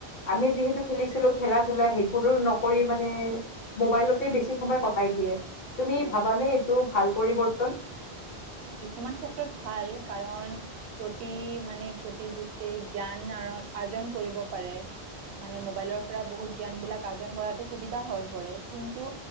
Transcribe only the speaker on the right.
সেইটোয়ে।
কিছুমান ক্ষেত্ৰত ভাল কাৰণ প্ৰতি মানে প্ৰতিযুক্তি জ্ঞান আৰন আৰ্জন কৰিব পাৰে। মানে মোবাইলৰ পৰা বহুত জ্ঞানবিলাক আৰ্জন কৰাতো সুবিধা হৈ পৰে কিন্তু